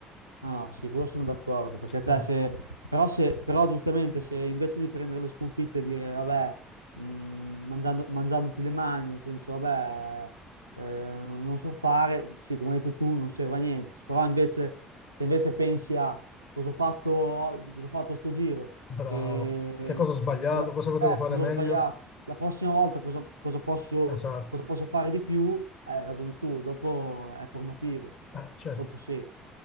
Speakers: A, on the right; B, on the left.
A: Ah no, sì, quello sono d'accordo, perché cioè,
B: Eh,
A: se... Però, se... Però giustamente se invece di prendere le sconfitte e dire, vabbè, mh, mangiando- mangiandoti le mani, nel senso, vabbè, eh, non so fare, sì, come hai detto tu, non serve a niente, però invece, se invece pensi a cosa ho fatto oggi, cosa ho fatto sto giro,
B: bravo.
A: e
B: Che cosa ho sbagliato?
A: cosa,
B: Cosa potevo
A: eh,
B: fare
A: cosa
B: meglio?
A: ho sbagliato, la prossima volta cosa, cosa posso,
B: Esatto.
A: cosa posso fare di più, Eh, hai ragione tu, dopo è formativo,
B: Eh, certo.
A: dopo sì.